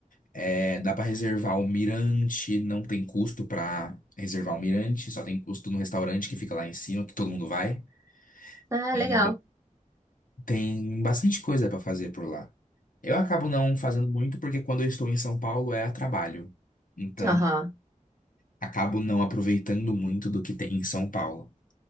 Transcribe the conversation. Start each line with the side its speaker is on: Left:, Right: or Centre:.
Left: É, dá pra reservar o mirante, não tem custo pra reservar o mirante, só tem custo no restaurante que fica lá em cima, que todo mundo vai.
Right: Ah,
Left: E
Right: legal.
Left: tem bastante coisa pra fazer por lá. Eu acabo não fazendo muito porque quando eu estou em São Paulo é a trabalho. Então,
Right: Aham.
Left: acabo não aproveitando muito do que tem em São Paulo.